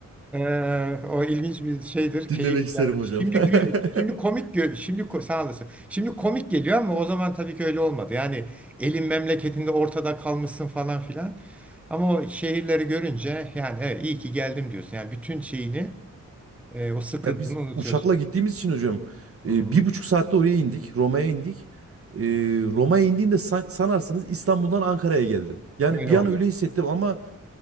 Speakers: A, in the centre; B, on the right.
A: Ee, o ilginç bir şeydir,
B: Dinlemek
A: keyif
B: isterim
A: yani.
B: hocam.
A: Şimdi
B: <laughs>
A: gül, şimdi komik gö- şimdi ko- sağ olasın. Şimdi komik geliyor ama o zaman tabii ki öyle olmadı. Yani elin memleketinde ortada kalmışsın falan filan. Ama o şehirleri görünce yani evet iyi ki geldim diyorsun. Yani bütün şeyini, e, o sıkıntını
B: Ya biz
A: unutuyorsun.
B: uçakla gittiğimiz için hocam
A: Hmm.
B: e, bir buçuk saatte oraya indik. Roma'ya indik. E, Roma'ya indiğimde san- sanarsınız İstanbul'dan Ankara'ya geldim. Yani
A: Öyle
B: bir
A: oluyor.
B: an öyle hissettim ama